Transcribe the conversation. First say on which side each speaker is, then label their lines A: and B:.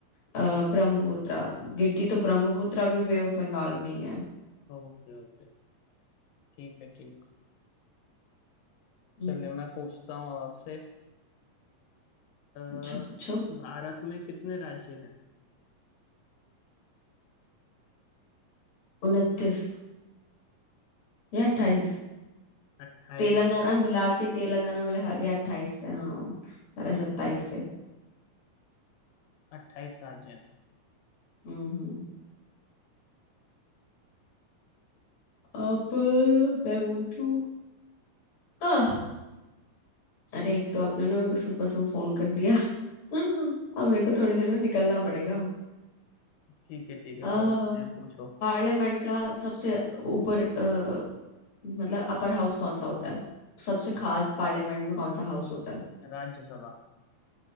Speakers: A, on the left; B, on the left.
A: अ, ब्रह्मपुत्र गिरती तो ब्रह्मपुत्र भी बे ऑफ बंगाल में ही है
B: ओके ओके ठीक है ठीक
A: हम्म,
B: चलिए मैं पूछता हूँ अब आपसे अ,
A: पूछो पूछो
B: भारत में कितने राज्य हैं
A: उनतीस या अट्ठाईस
B: अट्ठाईस
A: तेलंगाना
B: है
A: मिला के तेलंगाना मिला के अट्ठाईस है हाँ पहले
B: हम्म
A: सत्ताईस थे
B: अट्ठाईस राज्य हैं
A: हम्म हम्म। अब मैं पूछू आह अरे एक तो आपने ना मेरे को सुबह सुबह फोन कर दिया <laughs> अब मेरे को थोड़ी देर में निकलना पड़ेगा
B: ठीक है ठीक है
A: अह
B: कोई बात नहीं आप पूछो
A: पार्लियामेंट का सबसे ऊपर अह, मतलब अपर हाउस कौन सा होता है सबसे खास पार्लियामेंट में कौन सा हाउस होता है
B: राज्यसभा